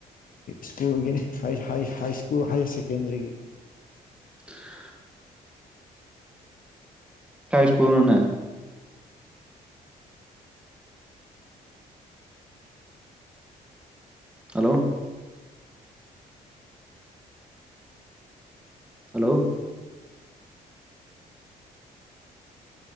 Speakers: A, on the left; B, in the centre.
A: ꯁ꯭ꯀꯨꯜꯒꯤꯅꯤ ꯍꯥꯏ ꯍꯥꯏ ꯍꯥꯏꯁꯀ꯭ꯨꯜ ꯍꯥꯏꯌꯥꯔꯁꯦꯀꯦꯟꯗꯔꯤꯒꯤ <inaudible>
B: <unintelligible> ꯀꯥꯏ ꯁ꯭ꯀꯨꯜꯅꯣꯅꯦ ꯍꯜꯂꯣ ꯍꯜꯂꯣ